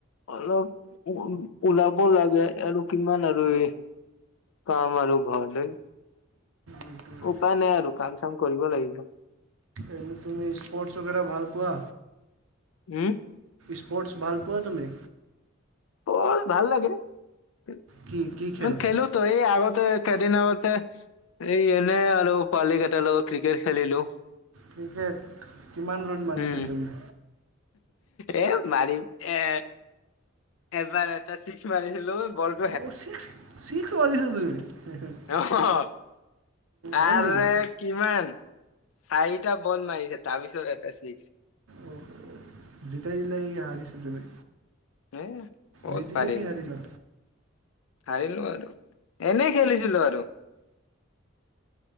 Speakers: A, on the left; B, on the right.
A: অলপ উ ওলাব লাগে, আৰু কিমান আৰু এই কাম আৰু ঘৰতে,
B: এইটোৱে
A: উপায় নাই আৰু, কাম-চাম কৰিব লাগিব।
B: এনে তুমি, স্পৰ্টছ ৱেগেৰা ভাল পোৱা।
A: উম।
B: স্পৰ্টছ, ভাল পোৱা তুমি?
A: বৰ ভাল লাগে, মই
B: কি কি খেল
A: খেলোঁ। টো এই আগতে, কেইদিন আগতে এই এনেই আৰু, পোৱালী কেইটাৰ লগত, ক্ৰিকেট খেলিলোঁ।
B: ক্ৰিকেট কিমান ৰণ মাৰিছা
A: উম
B: তুমি?
A: এ মাৰিম এ এবাৰ এটা ছিক্স মাৰিছিলো, বল
B: <unintelligible> ছিক্স, ছিক্স মাৰিছা তুমি?
A: অ', আৰে
B: হয় নেকি
A: কিমান চাৰিটা বল মাৰিছে। তাৰপিছত এটা চিক্স।
B: অহ, যেতিয়া গিলা এই হাৰিছিলি তুমি।
A: এ ক'ত
B: জিতিলা
A: পাৰিম
B: কি হাৰিলা?
A: হাৰিলো আৰু, এনে খেলিছিলো আৰু।